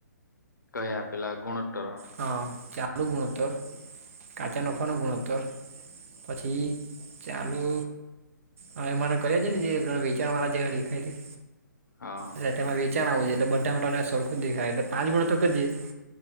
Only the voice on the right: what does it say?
હા ચાલુ ગુણોત્તર કાચા નફાનો ગુણત્તર પછી ચાલુ હા, એમાંના કરી આવજે ને જે વેચણવાળા જેવા દેખાય છે.
એટલે તેમાં વેચાણ આવું જોઈએ એટલે બધામાં તને સરખું દેખાય એટલે પાંચ ગુણોત્તર કરજે.